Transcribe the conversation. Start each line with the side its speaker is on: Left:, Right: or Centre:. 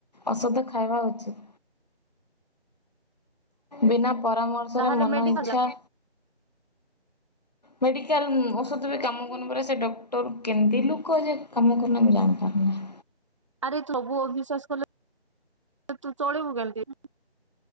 Left: ଔଷଧ ଖାଇବା ଉଚିତ୍। ବିନା ପରାମର୍ଶରେ
Right: ତାହେଲେ
Left: ମନ
Right: ମେଡିକାଲ
Left: ଇଚ୍ଛା ମେଡ଼ିକାଲ୍ ଉଁ, ଔଷଧ ବି କାମ କରୁନି ପରା ସେ ଡକ୍ଟର୍ କେମତି ଲୁକ ଯେ କାମ କରୁନାଇ ମୁଁ ଜାଣି ପାରୁନି।
Right: ଆରେ ଥୋବୋ ଅବିଶ୍ଵାସ କଲେ ତୁ ଚଳିବୁ କେମତି?